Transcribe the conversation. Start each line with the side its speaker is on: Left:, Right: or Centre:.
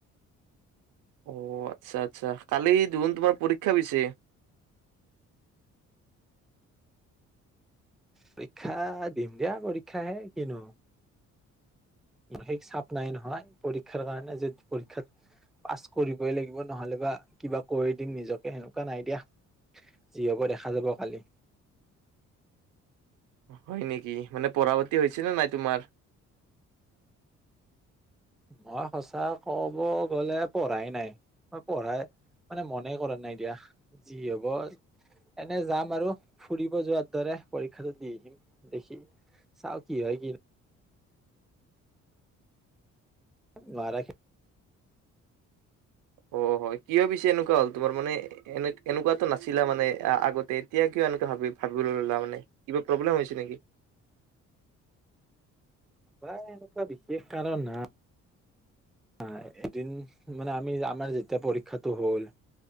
Right: অ'আচ্ছা-আচ্ছা। কালি দেখোন তোমাৰ পৰীক্ষা পিছে?
Centre: পৰীক্ষা দিম দিয়া পৰীক্ষাহে কিনো। সিচাপ নাই নহয়, পৰীক্ষাৰ কাৰণে যে পৰীক্ষাত- পাছ কৰিবই লাগিব নহ'লে বা কিবা কৰি দিম নিজকে সেনেকুৱা নাই দিয়া। যি হ'ব দেখা যাব কালি।
Right: হয় নেকি। মানে পঢ়া-পাতি হৈছে নে নাই তোমাৰ?
Centre: মই সঁচা কব গ'লে পঢ়াই নাই, মই পঢ়াই- মানে মনে কৰা নাই দিয়া, যি হ'ব- এনেই যাম আৰু ফুৰিব যোৱাৰ দৰে পৰীক্ষাটো দি আহ', আহিম দেখি- চাও কি হয় কি। <unintelligible>
Right: অ' হয়। কিয় পিছে এনেকুৱা হ'ল তোমাৰ মানে- এনে-এনেকুৱাতো নাছিলা মানে আগতে এতিয়া কিয় এনেকে ভাবি ভাবিব ল'লা মানে। কিবা প্ৰব্লেম হৈছে নেকি?
Centre: নাই এনেকুৱা বিশেষ কাৰণ নাই। হয়, এদিন মানে আমি আমাৰ যেতিয়া পৰীক্ষাটো হ'ল-